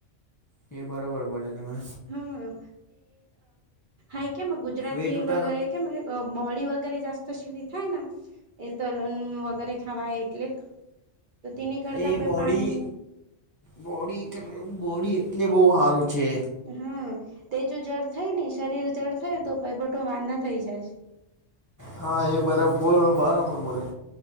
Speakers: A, on the left (about 30°); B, on the right (about 50°).
A: એ બરોબર બોલે તમે.
B: હા, એ કે ગુજરાતી
A: વેટ ઉટાર
B: વગેરે કે મોડી વગેરે જાસ્ત શરી થાય. એ તલોન વગેરે ખાવા એટલે. તો તેની કરતા
A: એ
B: પ
A: બોડી
B: પાણી
A: બોડી બોડી એટલે બહ સારું છે.
B: હા, તે જો જળ થય ને શરીર જળ થયું તો ભ બઠો વાંધા થઈ જશે.
A: હા એ બરાબ બોલો બરાબર બોલે.